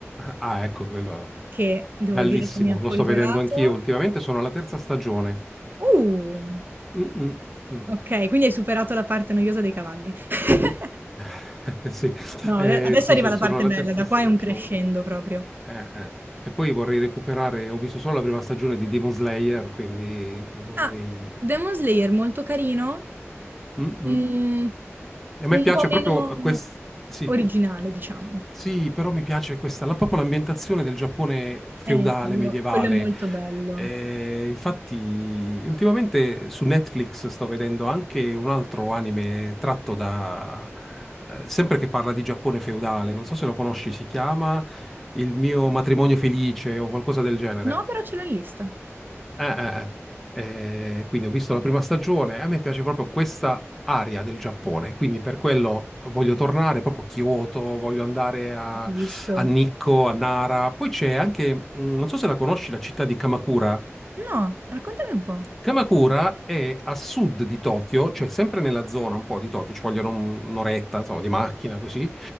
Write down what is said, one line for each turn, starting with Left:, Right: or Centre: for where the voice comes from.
Centre: Ah, ecco quello.
Right: che devo
Centre: Bellissimo,
Right: dire che mi ha folgorato.
Centre: lo sto vedendo anch'io ultimamente, sono alla terza stagione.
Right: Uh,
Centre: Mm, mm, mm.
Right: ok, quindi hai superato la parte noiosa dei cavalli. <laughs>
Centre: <laughs> Sì.
Right: No,
Centre: Eh,
Right: ade- adesso
Centre: sì,
Right: arriva
Centre: sì,
Right: la
Centre: sono
Right: parte
Centre: alla
Right: bella,
Centre: terza
Right: da
Centre: stagione.
Right: qua è un crescendo proprio.
Centre: Eh, eh. E poi vorrei recuperare, ho visto solo la prima stagione di Demon Slayer, quindi vorrei...
Right: Ah, Demon Slayer molto carino,
Centre: Mm-mm.
Right: mm,
Centre: A me
Right: un
Centre: piace
Right: po' meno
Centre: proprio questa, sì,
Right: originale, diciamo.
Centre: sì, però mi piace questa, la, proprio l'ambientazione del Giappone feudale,
Right: Eh, quello,
Centre: medievale.
Right: quello è molto bello.
Centre: Eh, infatti, ultimamente su Netflix sto vedendo anche un altro anime tratto da, eh, sempre che parla di Giappone feudale, non so se lo conosci, si chiama Il mio matrimonio felice o qualcosa del genere.
Right: No, però ce l'ho in lista.
Centre: Eh, eh, eh. Eh, quindi ho visto la prima stagione, e a me piace proprio questa area del Giappone, quindi per quello voglio tornare proprio a Kyoto, voglio andare a,
Right: Capisco.
Centre: a Nikko, a Nara. Poi c'è anche, mh, non so se la conosci, la città di Kamakura.
Right: No, raccontami un po'.
Centre: Kamakura è a sud di Tokyo, cioè sempre nella zona un po' di Tokyo, ci vogliono un- un'oretta, insomma, di macchina così.